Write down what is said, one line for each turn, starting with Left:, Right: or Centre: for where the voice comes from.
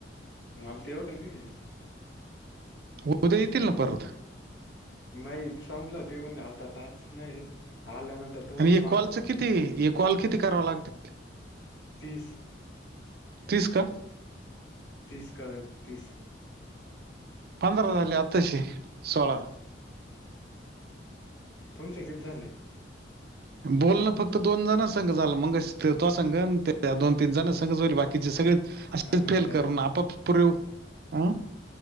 Left: म आल <unintelligible> ते एवढे आहे ना.
Right: उद्या येतील ना परत.
Left: नाहीयेतं संपलं ते, म्हने आता टास्क नाही आल्यानंतर तुम्हाला
Right: आणि हे
Left: सांगू
Right: कॉलचं किती? हे कॉल किती करावा लागत?
Left: तीस.
Right: तीस का?
Left: तीस काय तीस?
Right: पंधरा झाली, आत्ताशी सोळा.
Left: तुमचे किती झाले?
Right: बोलण फक्त दोन जण संग झालं मग, मगाशी ते तुआ संग त्या दोन तीन जण संग होईल. बाकीचे सगळे अस
Left: काय म्हणताय
Right: फेल करून आपप पर् <unintelligible> अ.